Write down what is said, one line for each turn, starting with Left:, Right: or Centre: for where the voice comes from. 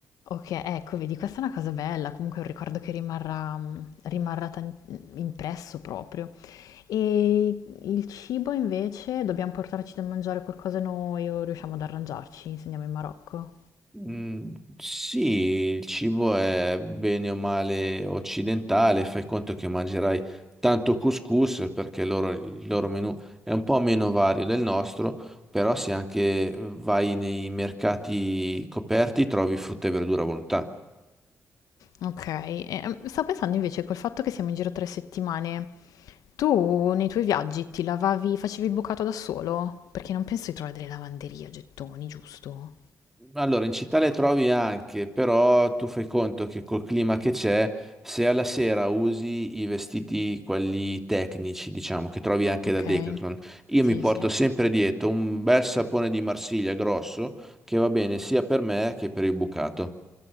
Left: Okay, ecco vedi questa è una cosa bella, comunque è un ricordo che rimarrà mhmm, rimarrà tan mhmm, impresso proprio. E il cibo invece, dobbiamo portarci da mangiare qualcosa noi o riusciamo ad arrangiarci se andiamo in Marocco?
Centre: Mm, sì, il cibo è bene o male occidentale, fai conto che mangerai tanto couscous perché loro- il loro menù è un po' meno vario del nostro, però se anche vai nei mercati coperti trovi frutta e verdura a volontà.
Left: Okay, e, ehm, stavo pensando invece col fatto che siamo in giro 3 settimane, tu nei tuoi viaggi ti lavavi facevi il bucato da solo? Perché non penso di trovare delle lavanderie a gettoni, giusto?
Centre: Allora, in città le trovi anche, però tu fai conto che col clima che c'è, se alla sera usi i vestiti, quelli tecnici, diciamo, che trovi anche
Left: Okay,
Centre: da Decathlon, io
Left: sì,
Centre: mi porto
Left: sì,
Centre: sempre dietro un bel sapone di Marsiglia grosso che va bene sia per me che per il bucato.